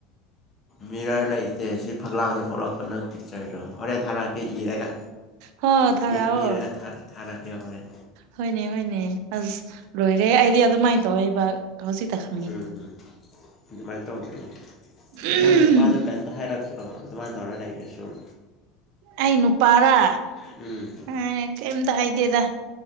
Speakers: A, on the left; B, on the right.
A: ꯃꯤꯔꯔ ꯂꯩꯇꯦ ꯁꯤ ꯐꯛꯂꯥꯡꯗ ꯊꯣꯛꯂꯛꯄ ꯅꯪ ꯄꯤꯛꯆꯔꯗꯣ ꯍꯣꯔꯦꯟ ꯊꯥꯔꯛꯑꯀꯦ ꯏꯔꯒ
B: ꯍꯣ ꯊꯥꯔꯛꯑꯣ
A: ꯌꯦꯦꯛ ꯄꯤꯔꯒ ꯊꯥꯔꯛꯀꯦ ꯍꯣꯔꯦꯟ
B: ꯍꯣꯏꯅꯦ ꯍꯣꯏꯅꯦ ꯑꯁ ꯂꯣꯏꯔꯦ ꯑꯩꯗꯤ ꯑꯗꯨꯃꯥꯏꯅ ꯇꯧꯋꯦꯕ ꯍꯧꯖꯤꯛꯇꯛꯇ
A: ꯎꯝꯝ ꯑꯗꯨꯃꯥꯏꯅ ꯇꯧꯕꯅꯦ
B: ꯎꯝ
A: ꯅꯪ ꯅꯨꯄꯥꯗꯨ ꯀꯩꯝꯇ ꯍꯥꯏꯔꯛꯀ ꯑ ꯑꯗꯨꯃꯥꯏ ꯔ ꯂꯁꯨꯨꯝ
B: ꯑꯩ ꯅꯨꯄꯥꯔꯥ
A: ꯎꯝ
B: ꯑꯩꯝ ꯊ ꯍꯥꯏ ꯍꯥꯏꯗꯦꯗ